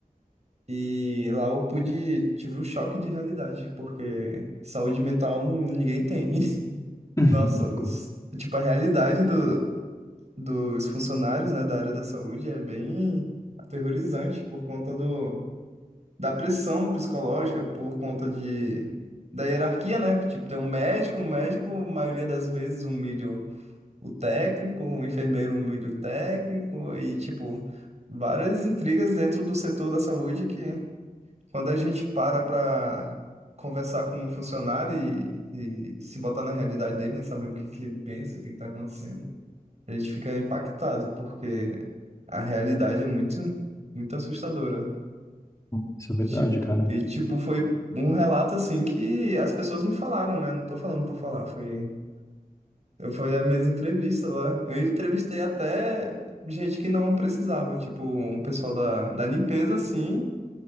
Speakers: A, on the right; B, on the left.
A: E lá eu pude, tive um choque de realidade, porque saúde mental ninguém tem. <laughs>
B: Uhum,
A: Nossa, os-
B: <laughs> com-
A: tipo, a realidade do, dos funcionários, né, da área da saúde é bem aterrorizante por conta do, da pressão psicológica, por conta de, da hierarquia, né? Tipo, tem um médico, um médico, a maioria das vezes, humilha o técnico, o enfermeiro humilha o técnico, e, tipo, várias intrigas dentro do setor da saúde que, quando a gente para para conversar com um funcionário e, e se botar na realidade dele, né, saber o que que ele pensa, o que que está acontecendo a gente fica impactado, porque a realidade é muito, muito assustadora.
B: com- Isso é verdade,
A: Tipo,
B: cara.
A: e tipo, foi um relato assim que as pessoas me falaram, né? Não tô falando por falar, foi. Eu fui as minhas entrevistas lá. Eu entrevistei até gente que não precisava, tipo, um pessoal da, da limpeza, assim.